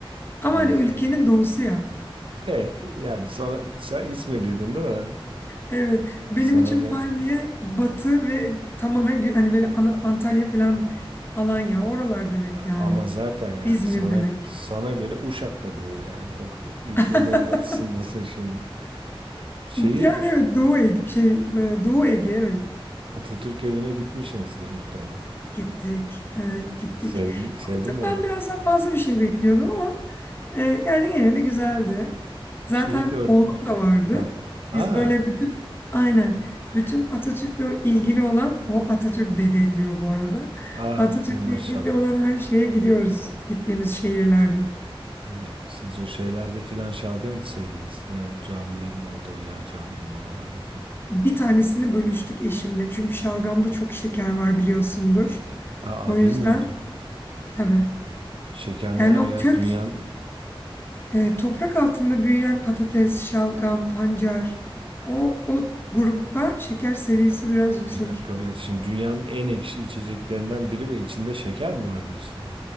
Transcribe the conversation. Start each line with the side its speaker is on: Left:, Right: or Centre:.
Left: Ama
Right: Evet
Left: hani ülkenin
Right: bir
Left: doğusu ya.
Right: e yani sana sen İzmirliydin değil mi?
Left: Evet benim
Right: Sana
Left: için
Right: göre.
Left: Palmiye batı ve tamamen gü- hani böyle Ana- Antalya falan Alanya oralar demek
Right: Ya
Left: yani.
Right: ama zaten yani
Left: İzmir
Right: sana
Left: demek.
Right: sana göre Uşak'ta doğu yani. O ülkenin
Left: <laughs>
Right: en batısındasın şimdi. Şeyi
Left: Yani evet Doğu Ege, şey, e, Doğu Ege evet
Right: Atatürk evine gitmişsinizdir muhtemelen.
Left: gittik. Evet gittik.
Right: Sevdim sevdim
Left: Yani tabii
Right: mi orayı?
Left: ben biraz daha fazla bir şey bekliyordum ama E, yani yine de güzeldi. Zaten
Right: Şeyi gördünüz
Left: oğlum
Right: mü?
Left: da vardı.
Right: Ha. Aa,
Left: Biz böyle bütün aynen bütün Atatürk'le ilgili olan o Atatürk dede diyor bu arada.
Right: aa
Left: Atatürk'le
Right: ne
Left: ilgili
Right: maşallah.
Left: olan her şeye gidiyoruz gittiğimiz şehirlerde.
Right: İyi yapmışsınız. O şeylerde filan şalgam içseydiniz. Ne o camilerin orada o yağ caminin oralarda filan.
Left: Bir tanesini bölüştük eşimle. Çünkü şalgamda çok şeker var biliyorsundur.
Right: Aa
Left: O yüzden
Right: bilmiyordum.
Left: tabii.
Right: Şeker
Left: Yani
Right: ne arıyor
Left: o kök
Right: ya? Dünyanın
Left: e, toprak altında büyüyen patates, şalgam, pancar o, o grupta şeker seviyesi biraz yüksek.
Right: bir dakika bir dakika. Şimdi dünyanın en ekşi içeceklerinden biri ve içinde şeker mi var diyorsun?